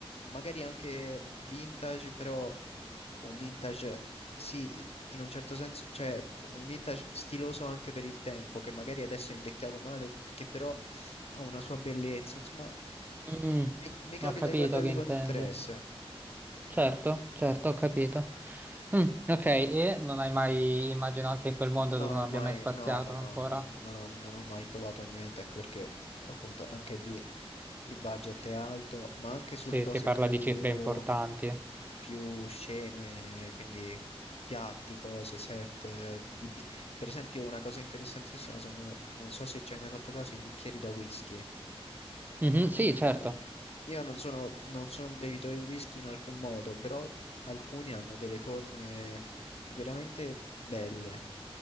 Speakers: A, on the left; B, on the right.
A: magari anche vintage, però un vintage, sì, in un certo senso, cioè un vintage stiloso anche per il tempo, che magari adesso è invecchiato male, che però ha una sua bellezza. Insomma,
B: Mm,
A: mi, mi capita
B: ho capito
A: di guardarli
B: che intendi.
A: con interesse.
B: Certo, certo, ho capito. Mm, ok, e non hai mai, immagino anche in quel mondo
A: No,
B: dove
A: non
B: non
A: ho
B: abbia
A: mai,
B: mai spaziato
A: no, no,
B: ancora,
A: no, no, non ho, non ho mai provato niente, anche perché appunto anche lì il budget è alto, ma anche sulle
B: se
A: cose
B: si parla
A: più
B: di cifre importanti.
A: più sceme, quindi piatti, cose, set. eh, di bi- Per esempio, una cosa interessantissima sono, non so se ci hai mai fatto caso, i bicchieri da whisky.
B: Mhm, sì, certo.
A: I- Io non sono, non sono un bevitore di whisky in alcun modo, però alcuni hanno delle forme veramente belle,